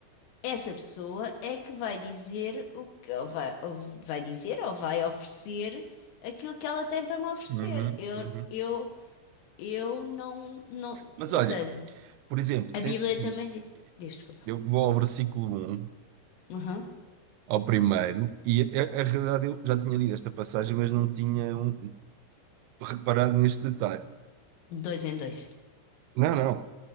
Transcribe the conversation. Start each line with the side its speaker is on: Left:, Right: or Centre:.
Left: essa pessoa é que vai dizer o que, ou vai, ou vai dizer ou vai oferecer aquilo que ela tem para me oferecer.
Right: Uhum,
Left: Eu,
Right: uhum.
Left: eu eu não, não.
Right: Mas
Left: Ou
Right: olha,
Left: seja,
Right: por exemplo,
Left: a
Right: tens
Left: Bíblia
Right: aqui,
Left: também diz. Diz, desculpa.
Right: eu vou ao versículo um
Left: Uhum.
Right: ao primeiro, e a, a- realidade eu já tinha lido esta passagem, mas não tinha um- reparado neste detalhe.
Left: Dois em dois.
Right: Não, não.